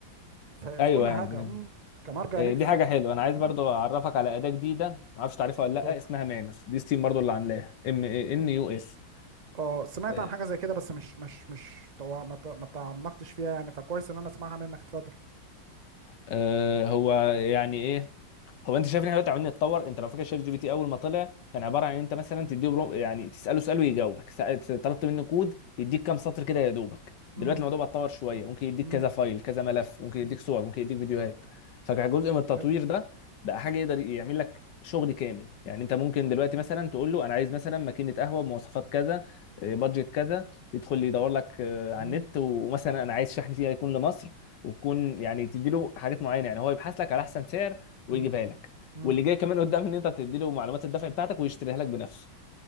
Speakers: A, on the right; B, on the left.
A: ف- في
B: ايوه
A: كل حاجه
B: يعني
A: امم كمرجع
B: آه،
A: ليك
B: دي
A: في
B: حاجه حلوه انا عايز
A: مم،
B: برضو اعرفك على اداه جديده ما اعرفش تعرفها ولا
A: اتفضل
B: لا اسمها مانوس دي ستيم برضو اللي عاملاها ام ان يو اس
A: اه سمعت
B: آه،
A: عن حاجه زي كده بس مش مش مش طبعا ما ت- ما تعمقتش فيها يعني فكويس ان انا اسمعها منك اتفضل
B: آه، هو يعني ايه هو انت شايف ان احنا دلوقتي عمالين نتطور انت لو فاكر شات جي بي تي اول ما طلع كان عباره عن انت مثلا تديه برو... يعني تساله سؤال ويجاوبك سأ- طلبت منه كود يديك كام سطر كده يا دوبك
A: امم
B: دلوقتي الموضوع بقى اتطور شويه ممكن يديك
A: امم
B: كذا فايل كذا ملف ممكن يديك
A: امم
B: صور ممكن يديك فيديوهات فكجزء من التطوير
A: أيوه.
B: ده بقى حاجه يقدر يعمل لك شغل كامل يعني انت ممكن دلوقتي مثلا تقول له انا عايز مثلا ماكينه قهوه بمواصفات كذا آه، بادجت كذا يدخل لي يدور لك آه، على
A: امم
B: النت ومثلا انا عايز شحن فيها يكون لمصر وتكون يعني تديله حاجات معينه يعني هو يبحث لك على احسن سعر ويجيبها
A: امم
B: لك
A: امم
B: واللي جاي كمان قدام ان انت تدي له معلومات الدفع بتاعتك ويشتريها لك بنفسه